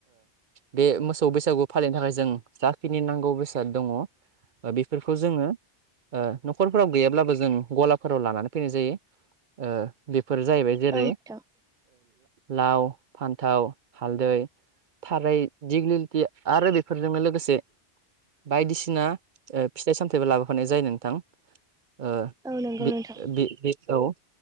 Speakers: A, on the right (about 55°); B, in the centre.
A: बे मोसौ बैसागु फालिनो थाखाय जों जाखिनि नांगौ बैसागु दङ बेफोरखौ जोङो न'खरफोराव गैयाब्लाबो जों गलाफोराव लानानै फैनाय जायो बे फोर जाहैबाय जेरै
B: औ नोंथां
A: लाव फान्थाव हालदै थारै। दिगलिलिटि आरो बेफोरजोंनो लोगोसे। बायदिसिना ओ फिथाइ सामथायाइबो लाबोफानाय जायो नोंथां। ओ
B: औ नंगौ
A: बे
B: नोंथां
A: बे बेऔ